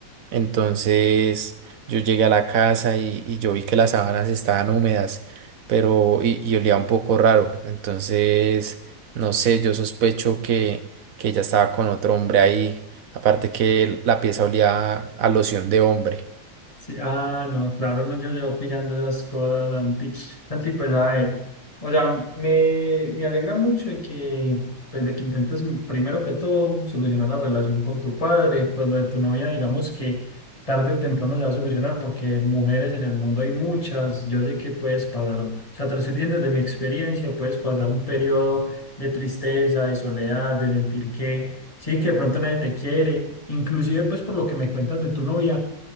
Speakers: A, on the right; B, on the left.
A: Entonces yo llegué a la casa y, y yo vi que las sábanas estaban húmedas, pero y, y olía un poco raro. Entonces, no sé, yo sospecho que, que ella estaba con otro hombre ahí. Aparte que la pieza olía a loción de hombre.
B: Sí, ah, no, claro, no, yo llevo pillando esas cosas, Santi. Santi, pues a ver, o sea, me, me alegra mucho de que, pues de que intentes primero que todo solucionar la relación con tu padre, pues lo de tu novia, digamos que tarde o temprano se va a solucionar porque mujeres en el mundo hay muchas, yo sé que puedes pasar, o sea, te lo estoy diciendo desde mi experiencia, puedes pasar un periodo de tristeza, de soledad, de sentir que, sí, que de pronto nadie te quiere, inclusive pues por lo que me cuentas de tu novia.